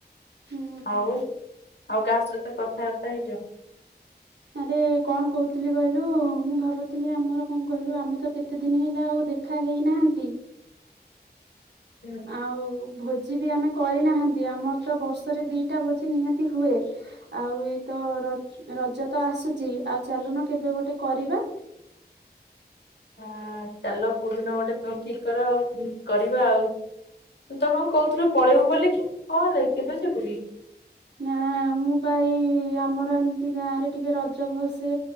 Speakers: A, on the right; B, on the left.
A: ହୁଁ
B: ଆଉ ଆଉ କା ସହିତ କଥାବାର୍ତ୍ତା ହେଇଚ?
A: ଆରେ କଣ କହୁଥିଲି କହିଲୁ ମୁଁ ଭାବୁଥିଲି ଆମର କଣ କହିଲୁ ଆମେ ତ କେ କେତେ ଦିନି ହେଲା ଆଉ ଦେଖା ହେଇନାହାନ୍ତି।
B: ହୁଁ।
A: ଆଉ ଭୋଜି ବି ଆମେ କରିନାହାନ୍ତି ଆମର ତ ବର୍ଷରେ ଦିଟା ଭୋଜି ନିହାତି ହୁଏ। ଆଉ ଏଇତ ରଜ ତ ଆସୁଛି ଆଉ ଚାଲୁନ କେବେ ଗୋଟେ କରିବା।
B: ହଁ ଚାଲ କୋଉଦିନ ଗୋଟେ ଠିକ କର ଆଉ କରିବା ଆଉ। ତୁ ତ କଣ କହୁଥିଲୁ ପଳେଇବୁ ବୋଲିି କି କଣ କେବେ ଯିବୁକି?
A: ନା ମୁଁ ବା ଏଇ ଆମର ଏମିତି ଗାଁ ରେ ଟିକେ ରଜ ଭଲସେ